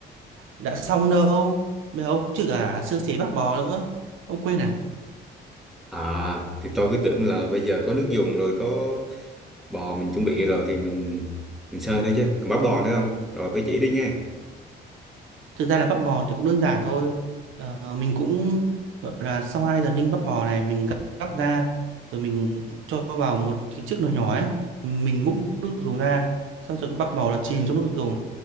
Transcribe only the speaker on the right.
đã xong đâu. Bây giờ ông chứ cả sơ chế bạc bò nữa. Ông quên à?
Thực ra là bắp bò thì cũng đơn giản thôi. Ờ, mình cũng gọi là sau 2 giờ ninh bắp bò này mình gắp gắp ra rồi mình cho vào một cái chiếc nồi nhỏ ấy, mình múc nước dùng ra, sau rồi cái bắp bò là chìm trong nước dùng.